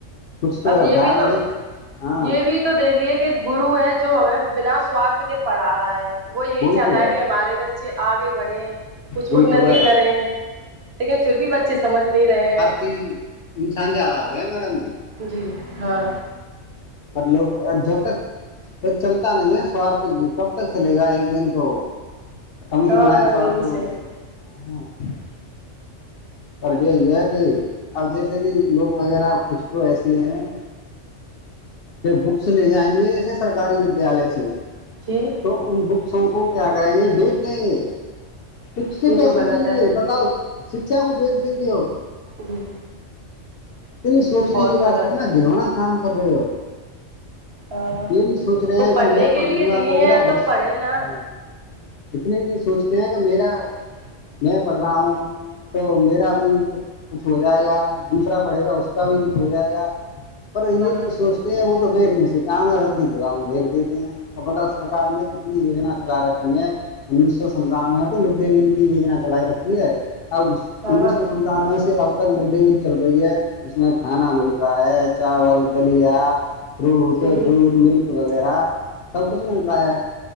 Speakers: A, on the left; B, on the right.
A: کچھ تو
B: اب
A: ہے
B: یہ
A: ادر
B: بھی تو
A: د ہاں
B: یہ بھی تو دیکھیے کہ ایک گرو ہے جو ہمیں بنا سوارھ کے پڑھا رہا ہے وہ یہی
A: وہی
B: چاہتا
A: تو
B: ہے کہ ہمارے بچے آگے بڑھے کچھ
A: وہی
B: انتی
A: تو ہے
B: کریں لیکن پھر بھی بچے سمجھ نہیں رہے ہیں
A: تین <unintelligible> انسان زیادہ ہو گیا میڈم جی
B: جی ہاں
A: پر لوگ جل تک پ چلتا نہیں ہے سوارھ کب تک چلے گا ایک دن تو <unintelligible> ختم ہی
B: ہاں
A: ہو ہے
B: ہاں
A: سوارت
B: یہ بھی
A: ب
B: صحیح
A: تو
B: ہے۔
A: ہ <unintelligible> پرجیح یہ ہے کہ اب جیسے کہ لوگ وغیرہ کچھ تو ایسیے ہیں بکس لے جائیں گے ایسے سرکاری ودیالیہ سے
B: جی
A: تو ان بکسوں کو کیا کریں گے بیچ دیں گے کچھ سے
B: یہ
A: پیسوں
B: تو غلط
A: کے
B: ہے
A: لیے بتاؤ شکشا کو بیچ دیتے ہو
B: جی
A: تری سوچنے
B: تو بہت
A: کی
B: غلط
A: بات کتنا
B: ہے
A: گنونا کام کر رہے ہو
B: ہاں ہاں
A: یہ نہیں سوچ رہے
B: وہ
A: ہیں
B: پڑھنے
A: کہ میں
B: کے
A: پڑھ
B: لیے
A: لوں گا
B: دیے
A: تو میرا
B: ہیں
A: بوس
B: پڑھے
A: ہ
B: نا
A: <unintelligible> اتنے نہیں سوچتے ہیں کہ میرا میں پڑھ رہا ہوں تو میرا بھی کچھ ہو جائے گا دوسرا پڑھے گا اس کا بھی کچھ ہو جائے گا پر یہ
B: ہاں
A: نہیں سوچتے ہیں وہ تو بھنے سے کام ہے رد دگاؤوں بییک دیتے ہیں تو متب سرار نے کتنی یجنا چلا رکھی ہے انیس سو ستاون میں ہے تو مڈ ڈے میل بھی یجنا چلائی رکھی ہے ا
B: ہاں
A: انیس سو میدان میں سے اب تک مڈ ڈے میل چل رہی ہے اس میں کھانا مل رہا ہے چاول دلیا فروٹ
B: جی
A: دودھ ملک وغیرہ سب کچھ مل رہا ہے